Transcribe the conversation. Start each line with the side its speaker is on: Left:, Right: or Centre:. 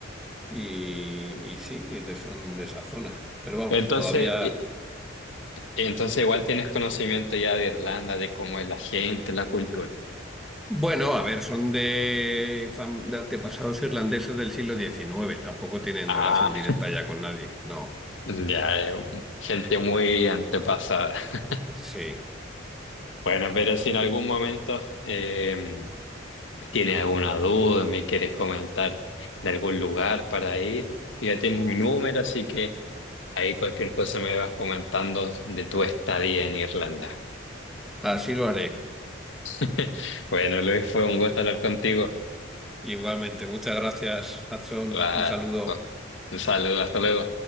Centre: y, y sí, y de- son de esa zona. Pero vamos,
Left: Entonces,
Centre: todavía...
Left: eh, entonces igual tienes conocimiento ya de Irlanda, de cómo es la gente, la cultura.
Centre: Bueno, a ver, son de, fam- de antepasados irlandeses del siglo XIX, tampoco tienen
Left: Ah,
Centre: relación directa ya con nadie, no.
Left: ya, eh, gente muy antepasada. <laughs>
Centre: Sí,
Left: Bueno, pero si en algún momento eh, tienes alguna duda, me quieres comentar de algún lugar para ir, ya tienes mi número, así que ahí cualquier cosa me vas comentando de tu estadía en Irlanda.
Centre: así lo haré.
Left: <laughs> Bueno, Luis, fue un gusto hablar contigo.
Centre: Igualmente, muchas gracias, Adson.
Left: Va,
Centre: un saludo.
Left: va. Un saludo, hasta luego.